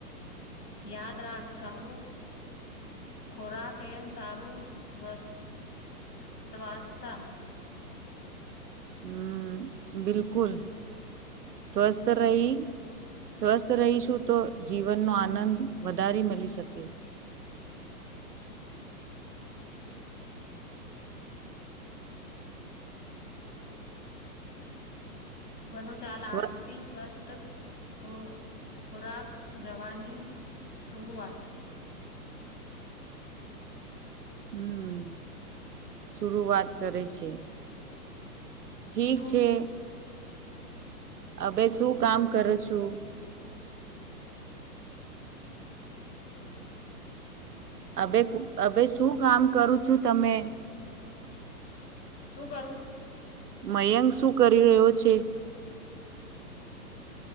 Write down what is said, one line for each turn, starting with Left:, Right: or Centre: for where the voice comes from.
Left: યાદ રાખ સારું. ખોરાક એમ સારું વસ સ્વાસ્તા
Right: હમ બિલકુલ સ્વસ્થ રહી સ્વસ્થ રહીશું તો જીવનનો આનંદ વધારી મલી શકે.
Left: ભનું ચાલ
Right: સ્વ
Left: આજ પી સ્વસ્થ ખો ખોરાક જવાની શરૂઆત
Right: હમ્મ શુરુઆત કરે છે. ઠીક
Left: શું
Right: છે. અબે શું કામ કરો છો? અબે અબે શું કામ કરું છું તમે?
Left: શું કરું?
Right: મયક શું કરી રહ્યો છે?